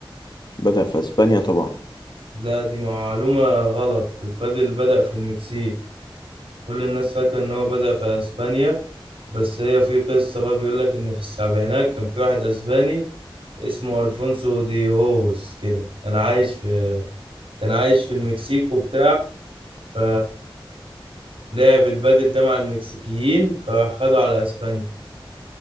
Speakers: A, on the left; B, on the right.
A: بدأ في اسبانيا طبعا
B: لا دي معلومة غلط البادل بدأ في المكسيك كل الناس فاكرة ان هو بدأ في اسبانيا بس هي في قصة بقى بيقول لك ان في السبعينات كان في واحد اسباني اسمه الفونسو دي هوهوس كده كان عايش في كان عايش في المكسيك وبتاع ف لعب البادل ده مع المكسيكيين فراح خدوا على اسبانيا